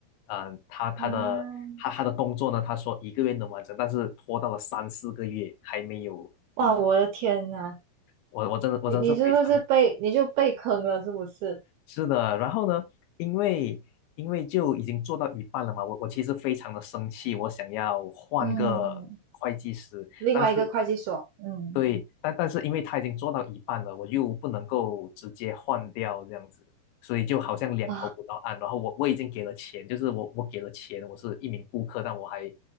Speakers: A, on the left (about 75°); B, on the right (about 70°).
A: 嗯、他他的他他的工作呢，
B: 啊，
A: 他说一个月能完成，但是拖到了三四个月还没有嗯
B: 哇，我的天呐，
A: 我我真的我真的是非常
B: 你你是不是被你就被坑了是不是？
A: 是的，然后呢，因为因为就已经做到一半了嘛，我我其实非常的生气，我想要换个会计师，
B: 嗯。另外一个会计所，
A: 但是
B: 嗯，
A: 对，但但是因为他已经做到一半了，我又不能够直接换掉这样子，所以就好像两头不到岸。
B: 啊，
A: 然后我我已经给了钱，就是我我给了钱，我是一名顾客，但我还